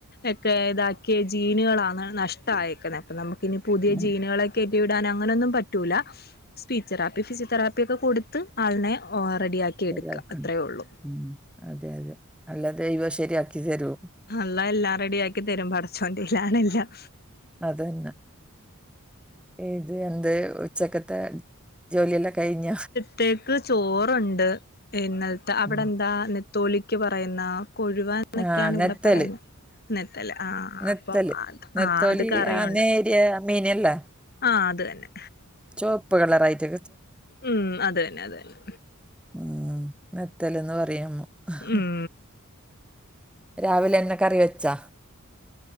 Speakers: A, on the left (about 45°); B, in the centre.
A: ഒക്കെ ഇതാക്കിയ ജീനുകളാണ് നഷ് ക്കണ്. അപ്പൊ നമുക്കിനി പുതിയ
B: ഉം.
A: ജീനുകളൊക്കെ കേറ്റി ഇടാൻ അങ്ങനൊന്നും പറ്റൂല. സ്പീച്ച് തെറാപ്പി, ഫിസിയോതെറാപ്പി ഒക്കെ കൊടുത്ത് ആളിനെ റെഡിയാക്കി
B: ശരിയാക്കണം.
A: എട്ക്ക. അത്രയേ ഉള്ളു
B: ഉം. അതെ അതെ. അല്ലാതെ ഇവ ശരിയാക്കി തരോ?
A: അള്ള എല്ലാം റെഡിയാക്കി തരും. പടച്ചോന്റെയ്യിലാണെല്ലാം.
B: അതന്നെ. ഇത് എന്ത് ഉച്ചക്കത്തെ ജോലിയെല്ലാം കഴിഞ്ഞ
A: ത്തേക്ക് ചോറുണ്ട് ഇന്നലത്തെ അവിടെ
B: ഉം.
A: എന്താ? തോലിക്ക് പറയുന്ന കൊഴുവ എന്നൊക്കെയാണ്
B: ആ നെത്തല്.
A: ഇവിടെ പറയുന്നെ ന്നത്തല്ല്ആ
B: നെത്തല്.
A: അപ്പം അ
B: നെത്തോലി
A: ആഹ് അത് കറിയുണ്ട്.
B: ആ നേരിയ മീനല്ല.
A: ആഹ് അത് തന്നെ.
B: ചോപ്പ് കളറായിട്ട്.
A: ഉം അത് തന്നെ അത് തന്നെ.
B: ഉം നെത്തലന്ന് പറയും ഹ
A: ഉം
B: രാവിലെ എന്നാ കറി വെച്ചാ?